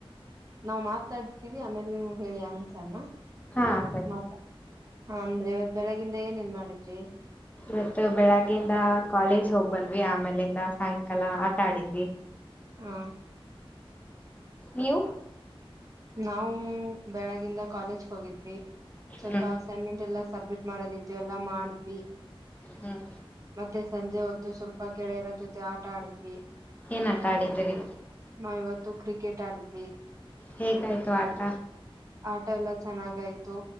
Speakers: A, on the right; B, on the left.
A: ನಾ್ ಮಾತಾಡ್ತಿವಿ ಆಮೇಲೆ ನೀವು ಹೇಳಿ ಅನ್ಸಾರನಾ
B: ಹಾ ಸರಿ
A: ಹ ಹ ಅಂದ್ರೆ ಇವತ್ ಬೆಳಗಿಂದ ಏನೇನ್ ಮಾಡಿದ್ರಿ
B: ಇವತ್ತು ಬೆಳಗ್ಗೆಯಿಂದ ಕಾಲೇಜ್ ಹೋಗ್ ಬಂದ್ವಿ ಆಮೇಲಿಂದ ಸಾಯಂಕಾಲ ಆಟ ಆಡಿದ್ವಿ
A: ಹಾ
B: ನೀವು
A: ನಾವು ಬೆಳಗಿಂದ ಕಾಲೇಜ್ ಹೋಗಿದ್ವಿ ಸ್ವಲ್ಪ
B: ಹ್ಮ್
A: ಅಸೈನ್ಮೆಂಟ್ ಎಲ್ಲ ಸಬ್ಮಿಟ್ ಮಾಡೋದಿತ್ತು ಎಲ್ಲ ಮಾಡವಿ
B: ಹ್ಮ್
A: ಮತ್ತೆ ಸಂಜೆ ಹೊ ಸ್ವಲ್ಪ ಗೆಳೆಯರ ಜೊತೆ ಆಟ ಆಡಿದ್ವಿ
B: ಏನಟಾ ಆಡಿದ್ರಿ
A: ನಾವ್ ಇವತ್ತು ಕ್ರಿಕೆಟ್ ಆಡಿದ್ವಿ
B: ಹೇಗಾಯ್ತು ಆಟ
A: ಆಟ ಎಲ್ಲಾ ಚೆನ್ನಾಗಯ್ತು